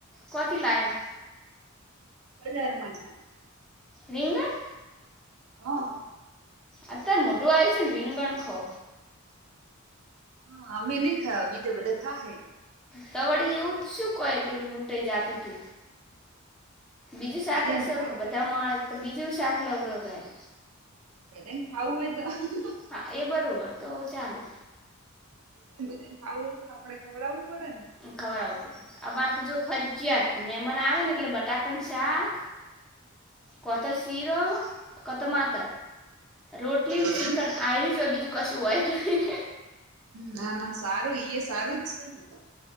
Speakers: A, in the centre; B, on the right.
A: કોથી લાયો
B: બજારમાંથી
A: રીંગા
B: હા
A: આત્યારે મોઢું આવી છે, રીંગગણ ખો
B: હા અમે નઈ ખા બીજા બધા ખા છે.
A: તવળી એવુ જ શુ કહે, પેલું લૂંટેાઈ જાતુ તુ બીજું શાક
B: બીજાને
A: હશે,
B: ખાવું
A: બધા
B: હોય
A: મળે તો બીજું શાક લવરવરાય
B: બ ખાવું હોય, તો
A: હા એ બરોબર તો ચાલે
B: જ બધા ખાવું હોય, તો આપડે ખવડાવવું પડે ને
A: ખવડાવવું પડે અમારે તો જો ફરજયાત મેમાન આવે ને એટલે બટાકાનું શાક કતો શિરો કતો માતર રોટલીન
B: એવું
A: શીખન
B: એમ
A: આ્યું જ હોય બીજું કશું હોય જ નહી કે
B: ના-ના સારુ-સારુજ છે, ને